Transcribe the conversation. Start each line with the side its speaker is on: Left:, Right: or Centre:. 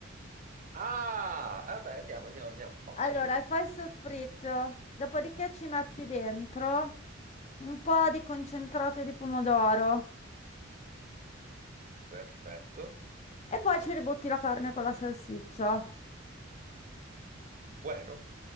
Right: Ah, vabbè, andiamo, andiamo, andiamo. Forza
Left: Allora,
Right: su.
Left: fai il soffritto, dopodiché ci metti dentro un po' di concentrato di pomodoro
Right: Perfetto.
Left: e poi ci ributti la carne con la salsiccia.
Right: Buono.